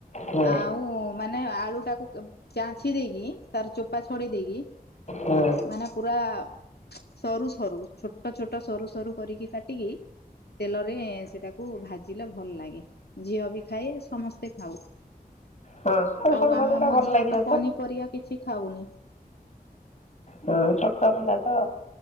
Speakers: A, on the left; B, on the left.
A: ହୁଁ
B: ଆଉ ମାନେ ଆଳୁଟାକୁ ଛାଞ୍ଚି ଦେଇକି ତାର ଚୋପା ଛଡିେଇ ଦେଇକି
A: ହୁଁ
B: ମାନେ ପୁରା ସରୁ ସରୁ ଛୋଟ ଛୋଟ ସରୁ ସରୁ କରିକି। କାଟିକି ତେଲରେ ସେଟାକୁ ଭାଜିଲେ ଭଲ ଲାଗେ ଝିଅ ବି ଖାଏ ସମସ୍ତେ ଖାଉ।
A: ହଁ ସରୁ ସରୁ
B: ଆଉ ଆମ
A: ଭଜା ଟା
B: ମୋ
A: ଭଲ
B: ଝିଅ
A: ଲାଗିବ
B: ତ ପନିପରିବା କିଛି ଖାଉନି।
A: ହଁ ଛୋଟ ପିଲା ତ।